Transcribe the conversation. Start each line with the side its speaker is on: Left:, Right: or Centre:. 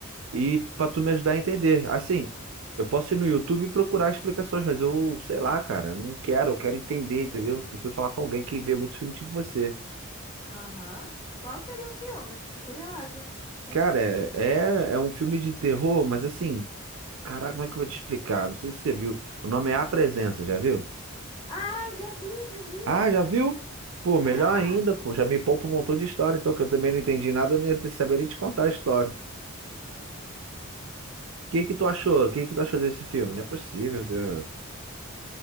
Right: e pra tu me ajudar a entender. Assim, eu posso ir no YouTube e procurar explicações, mas eu, sei lá, cara, eu não quero, eu quero entender, entendeu? Prefiro falar com alguém que vê muito filme tipo você.
Left: aham. Qual seria o filme? Fiquei curiosa. <laughs>
Right: Cara, é, é um filme de terror, mas assim, caraca, como é que eu vou te explicar? Não sei se você viu. O nome é A Presença, já viu?
Left: Ah, já vi, já vi!
Right: Ah, já viu? Pô,
Left: Já!
Right: melhor ainda, pô, já me poupa um montão de história, então que eu também não entendi nada, eu não ia ter- saber nem te contar a história. O que que tu achou? O que que tu achou desse filme? Não é possível, cara.